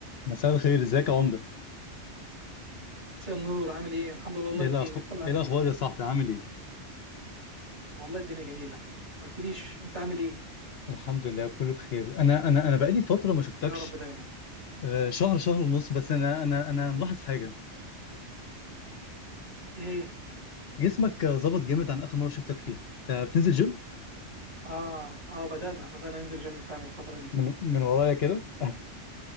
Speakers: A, on the left; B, on the right.
A: مساء الخير ازيك يا عمده
B: مساء النور عامل ايه الحمد لله والله
A: ايه
B: بخير
A: الأخ...
B: انت
A: ايه
B: اللي عامل
A: الاخبار
B: ايه
A: يا صاحبي عامل ايه
B: والله الدنيا جميله ما قلتليش انت عامل ايه
A: الحمد لله كله بخير انا انا انا بقالي فتره ما شفتكش
B: يا رب دايما
A: آه، شهر شهر ونص بس انا انا انا ملاحظ حاجه
B: ايه هي
A: جسمك آه، ظبط جامد عن اخر مره شفتك فيها انت بتنزل جيم
B: اه اه بدأنا بدأنا ننزل جيم فعلا الفتره دي
A: من من ورايا كده <laughs>